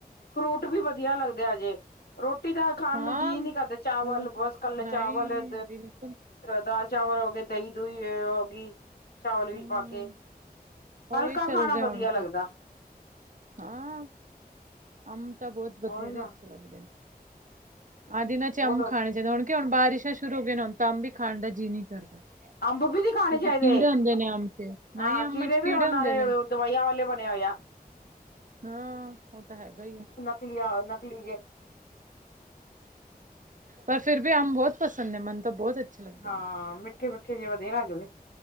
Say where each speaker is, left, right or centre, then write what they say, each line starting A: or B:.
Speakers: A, on the left (about 80°); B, on the right (about 55°).
A: ਫਰੂਟ ਵੀ ਵਧੀਆ ਲੱਗਦੇ ਹਜੇ। ਰੋਟੀ ਤਾ ਖਾਣ
B: ਹਾਂ
A: ਨੂੰ ਜੀਅ ਨੀ
B: ਫਰੂਟ
A: ਕਰਦੇ, ਚਾਵਲ ਬਸ, ਕੱਲੇ
B: ਨਹੀਂ
A: ਚਾਵਲ ਅ
B: ਬਿਲਕੁਲ
A: ਦਾਲ, ਚਾਵਲ ਹੋ ਗਏ, ਦਹੀਂ-ਦੁਹੀ ਹੋ ਗਈ, ਚਾਵਲ ਵਿੱਚ
B: ਹੂੰ
A: ਪਾਕੇ।
B: ਉਹੀ
A: ਪੱਕਾ
B: ਚੱਲ
A: ਖਾਣਾ
B: ਰਿਹਾ
A: ਵਧੀਆ
B: ਹੁਣ
A: ਲੱਗਦਾ।
B: ਤਾਂ ਹਾਂ, ਅਮ ਤਾਂ ਬਹੁਤ, ਬਥੇਰੇ
A: ਉਹੀ ਨਾ
B: ਅੱਛੇ ਲੱਗਦੇਨ। ਆਹਜ ਇਹਨਾਂ'ਚ
A: ਬਹੁਤ
B: ਅੰਮ ਖਾਣੇ ਚਾਹੀਦਾ, ਹੁਣ ਕਿ, ਹੁਣ ਬਾਰਿਸ਼ਾਂ ਸ਼ੁਰੂ ਹੋ ਗਏ ਹੁਣ ਤਾ, ਅੰਬ ਵੀ ਖਾਣ ਦਾ ਜੀ ਨਹੀਂ ਕਰਦਾ।
A: ਅੰਬ ਵੀ ਨੀ ਖਾਣੇ
B: ਕਿਉਂਕਿ
A: ਚਾਹੀਦੇ
B: ਕੀੜੇ ਹੁੰਦੇ ਨੇ ਅੰਬ'ਚ, ਨਹੀ
A: ਹਾਂ
B: ਅੰਮ'ਚ
A: ਵੀ
B: ਕੀੜੇ
A: ਉਹ ਨਾਲੇ
B: ਹੁੰਦੇ ਨੇ।
A: ਦਵਾਈਆਂ ਵਾਲੇ ਬਣੇ ਹੋਏ ਆ।
B: ਹੰ, ਉਹ ਤਾ, ਹੈਗਾ ਹੀ ਆ।
A: ਨਕਲੀ ਆ, ਨਕਲੀ ਜੇ।
B: ਪਰ ਫਿਰ ਵੀ ਅਮ ਬਹੁਤ ਪਸੰਦ ਹੈ, ਮਨ ਤਾ ਬਹੁਤ ਅੱਛੇ ਲੱਗਦੇ
A: ਹਾਂ,
B: ਨੇ
A: ਮਿੱਠੇ- ਮਿੱਠੇ ਜਿਹੇ ਵਧੀਆ ਲੱਗਦੇ,